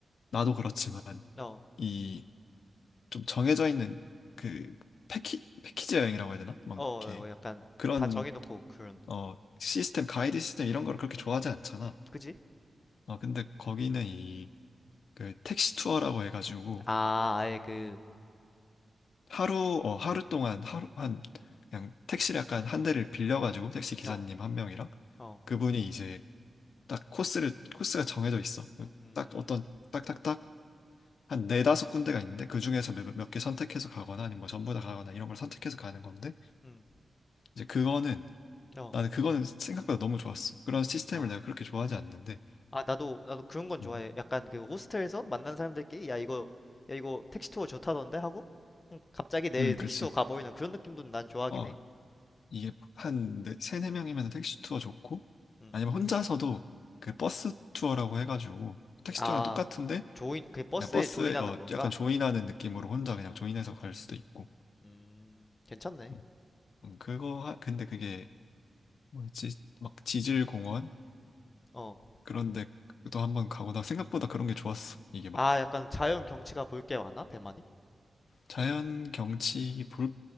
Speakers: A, on the left (about 80°); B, on the left (about 30°).
A: 나도 그렇지만
B: 어.
A: 이 좀 정해져 있는 그 패키 패키지 여행이라고 해야 되나? 막
B: 어, 어,
A: 이렇게
B: 약간
A: 그런
B: 다 정해놓고 그런,
A: 어 시스템 가이드 시스템 이런 거를 그렇게 좋아하지 않잖아.
B: 그지?
A: 어 근데 거기는 이 그 택시 투어라고 해가지고
B: 아, 아예 그,
A: 하루 어 하루 동안 하루 한 그냥 택시를 약간 한 대를 빌려가지고 택시 기사님
B: 어,
A: 한 명이랑
B: 어,
A: 그분이 이제 딱 코스를 코스가 정해져 있어. 그
B: 음,
A: 딱 어떤 딱딱딱 한 네다섯 군데가 있는데 그 중에서 몇 개 선택해서 가거나 아니면 뭐
B: 음,
A: 전부 다 가거나 이런 걸 선택해서 가는 건데
B: 음,
A: 이제 그거는
B: 어,
A: 나는 그거는 생각보다 너무 좋았어. 그런 시스템을
B: 아,
A: 내가 그렇게 좋아하지 않는데.
B: 아, 나도, 나도 그런 건 좋아해.
A: 음,
B: 약간 그 호스텔에서 만난 사람들끼리, 야, 이거, 야, 이거 택시 투어 좋다던데? 하고, 그냥 갑자기 내일
A: 음,
B: 택시
A: 그렇지.
B: 투어 가버리는 그런 느낌도 난 좋아하긴
A: 어,
B: 해.
A: 이게 한 네, 세네 명이면 택시 투어 좋고
B: 음,
A: 아니면 혼자서도 그 버스 투어라고 해가지고 택시
B: 아,
A: 투어랑 똑같은데
B: 조인, 그 버스에
A: 그냥 버스에
B: 조인하는
A: 어
B: 건가?
A: 약간 조인하는 느낌으로 혼자
B: 음,
A: 그냥 조인해서 갈 수도 있고
B: 음, 괜찮네.
A: 음, 음, 그거 하, 근데 그게 뭐였지 막 지질 공원
B: 어,
A: 그런데 또 한번 가고 나 생각보다 그런 게 좋았어 이게 막
B: 아, 약간 자연 경치가 볼 게 많아, 대만이?
A: 자연 경치 볼